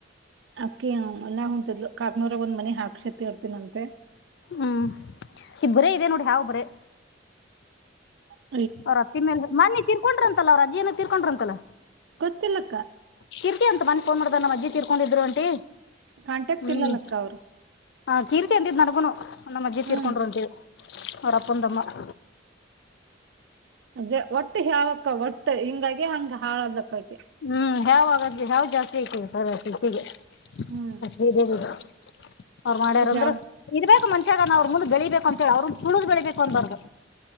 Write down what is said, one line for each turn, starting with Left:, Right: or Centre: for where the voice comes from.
Right: ಅಕ್ಕಿ ಮನ್ಯಾಗ ಕುಂತಿದಲು ಕಾಕ್ನೂರಾಗ ಒಂದ್ ಮನಿ ಹಾಕ್ ಶತ್ತ ಇರ್ತನಂತೆ
Left: ಹ್ಮ್ ಇಬ್ಬರೇ ಇದೆ ನೋಡಿ ಯಾವಬ್ಬರೇ
Right: ಹ್ಮ
Left: ಅವ್ರ ಅತ್ತಿ ಮೇಳಿ ಮೊನ್ನೆ ತಿರ್ಕೊಂಡ್ರ ಅಂತಲ್ಲ ಅವ್ರ ಅಜ್ಜಿಯನ ತಿರ್ಕೊಂಡ್ರಂತಲ್ಲ
Right: ಗೊತ್ತಿಲ್ಲ ಅಕ್ಕ
Left: ಕಿರ್ತಿ ಅಂತ ಮೊನ್ನೆ ಫೋನ್ ಮಾಡಿದಾಗ ನಮ್ಮ ಅಜ್ಜಿ ತಿರ್ಕೊಂಡಿದ್ರು ಅಂಟಿ
Right: ಕಾಂಟಾಕ್
Left: ಹ್ಮ್
Right: ಇಲ್ಲಲಕ್ಕ ಅವ್ರು
Left: ಹ ಕೀರ್ತಿ ಅಂತಿದ್ ನಗುನು ನಮ್ಮ ಅಜ್ಜಿ
Right: ಹ್ಮ್
Left: ತೀರ್ಕೊಂಡರು ಅಂತ ಹೇಳಿ ಅವ್ರ ಅಪ್ಪದು ಅಮ್ಮ <inaudible>
Right: ಅ ಒಟ್ಟು ಯಾವಕ್ಕ ಒಟ್ಟು ಹಿಂಗಾಗಿ ಹಂಗ ಹಾಳದಕ್ಕ ಆಯತ
Left: ಹ್ಮ್ ಹ್ಯಾವ ಆಗಾದ್ಲಿ ಹಾವ್ ಜಾಸ್ತಿ ಐತದೆ ಸರ್ತಿಗೆ
Right: ಹ್ಮ್
Left: ಅ ಶ್ರೀದೇವಿಗೆ ಅವ್ ಮಾಡ್ಯಾರಂದ್ರರು
Right: ಹ್ಯಾವ್
Left: ಇರ್ಬೇಕೇಕ್ ಮಂಷ್ಯಾಗ ನಾ ಅವ್ರ ಮುಂದ್ ಬೆಳಿಬೇಕು ಅಂತ ಹೇಳಿ ಅವ್ರ ತುಳಿದು ಬೆಳಿಬೇಕು ಅನ್ಬಾರ್ದು